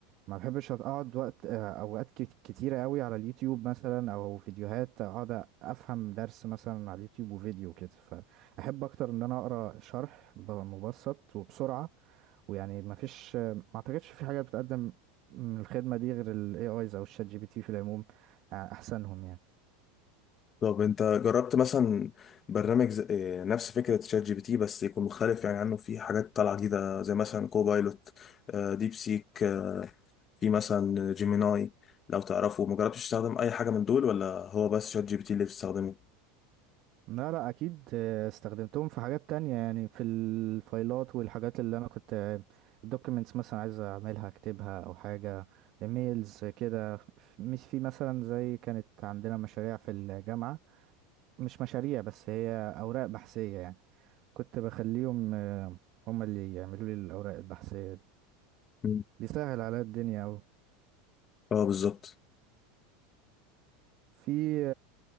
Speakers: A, on the right (about 50°); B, on the left (about 35°).
A: ما بحبش اقعد وقت اوقات كت- كتيره قوي على اليوتيوب مثلا او فيديوهات اقعد افهم درس مثلا على اليوتيوب وفيديو كده فاحب اكتر ان انا اقرا شرح ب- مبسط وبسرعه ويعني ما فيش ما اعتقدش في حاجه بتقدم من الخدمه دي غير الاي ايز او الشات جي بي تي في العموم احسنهم يعني
B: طب انت جربت مثلا برنامج زي- آه، نفس فكره شات جي بي تي بس يكون مختلف يعني عنه في حاجات طالعه جديده زي مثلا كوبايلوت آه، ديب سيك آه، في مثلا جيميناي لو تعرفه ما جربتش تستخدم اي حاجه من دول ولا هو بس شات جي بي تي اللي بتستخدمه
A: لا لا اكيد آه، استخدمتهم في حاجات تانية يعني في الفايلات والحاجات اللي انا كنت الدوكيمنتس مثلا عايز اعملها اكتبها او حاجة ايميلز كده ف- مش في مثلا زي كانت عندنا مشاريع في الجامعة مش مشاريع بس هي اوراق بحثية يعني كنت بخليهم آه، هم اللي يعملوا لي الاوراق البحثية دي
B: مم.
A: بيسهل عليا الدنيا اوي
B: اه بالظبط
A: في